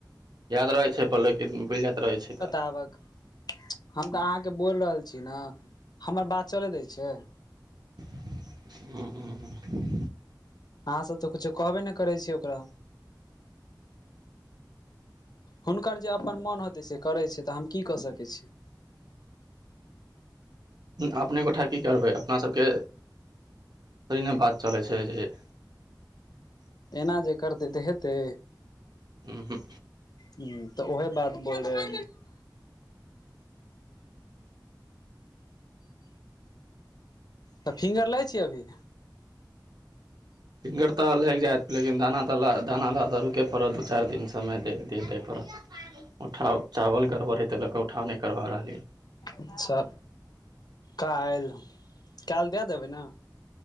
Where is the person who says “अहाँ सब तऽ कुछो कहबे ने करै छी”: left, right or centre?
Left